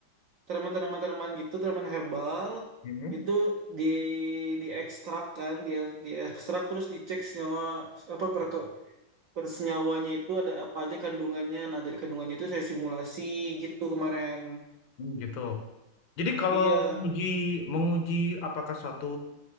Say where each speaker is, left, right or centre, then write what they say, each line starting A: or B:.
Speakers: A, on the right; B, on the left.
A: tanaman tanaman tanaman gitu, tanaman herbal
B: ini
A: itu di diekstrak kan, dia diekstrak terus dicek senyawa apa per, persenyawanya itu ada apa aja kandungannya. Nah dari kandungannya itu saya simulasi gitu kemarin.
B: Hmm, gitu. Jadi kalau
A: Iya,
B: menguji, menguji apakah suatu